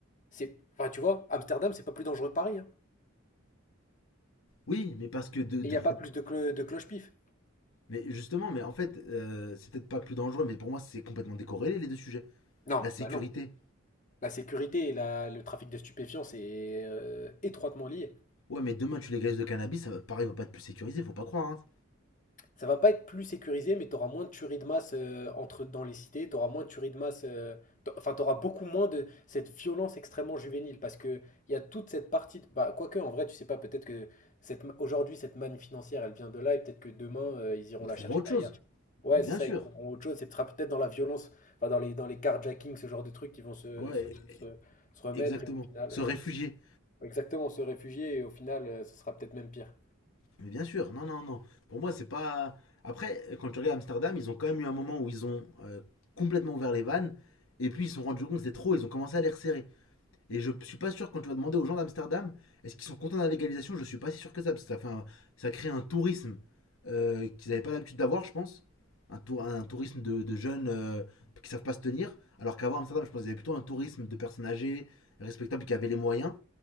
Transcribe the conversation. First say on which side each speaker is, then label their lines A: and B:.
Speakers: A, on the left; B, on the left.
A: c'est. Enfin, tu vois, Amsterdam, c'est pas plus dangereux que Paris, hein.
B: Oui, mais parce que de,
A: Et
B: de-
A: il n'y
B: <laughs>
A: a pas plus de, clo- de cloche-pif.
B: mais justement, mais en fait, euh, c'est peut-être pas plus dangereux, mais pour moi, c'est complètement décorrélé les deux sujets.
A: Non,
B: La sécurité.
A: bah non. La sécurité et la- le trafic de stupéfiants, c'est euh, étroitement lié.
B: Ouais, mais demain, tu légalises le cannabis, ça va, pareil, va pas être plus sécurisé, faut pas croire. hein.
A: Ça va pas être plus sécurisé, mais tu auras moins de tueries de masse euh, entre, dans les cités, tu auras moins de tueries de masse, euh, t'a- enfin tu auras beaucoup moins de cette violence extrêmement juvénile, parce que il y a toute cette partie, de- bah, quoique en vrai tu sais pas, peut-être que cette, ma- aujourd'hui cette manne financière elle vient de là, et peut-être que demain euh, ils iront
B: Ils
A: la
B: trouveront
A: chercher
B: autre
A: ailleurs.
B: chose.
A: Ouais,
B: Mais bien
A: c'est ça,
B: sûr.
A: ils trouveront autre chose, et ce sera peut-être dans la violence, enfin dans les, dans les carjackings, ce genre de trucs qui vont se,
B: Ouais,
A: se, se-
B: e-
A: se remettre,
B: exactement.
A: et au final,
B: Se
A: euh,
B: réfugier.
A: exactement, se réfugier, et au final euh, ce sera peut-être même pire.
B: Mais bien sûr. Non, non, non. Pour moi, c'est pas. Après, quand tu regardes Amsterdam, ils ont quand même eu un moment où ils ont euh, complètement ouvert les vannes, et puis ils se sont rendus compte que c'était trop, ils ont commencé à les resserrer. Et je suis pas sûr, quand tu vas demander aux gens d'Amsterdam, est-ce qu'ils sont contents de la légalisation Je suis pas si sûr que ça, parce que ça, fait un- ça crée un tourisme euh, qu'ils n'avaient pas l'habitude d'avoir, je pense. Un, tou- un tourisme de, de jeunes euh, qui savent pas se tenir. Alors qu'avant Amsterdam, je pense qu'il y avait plutôt un tourisme de personnes âgées, respectables, qui avaient les moyens.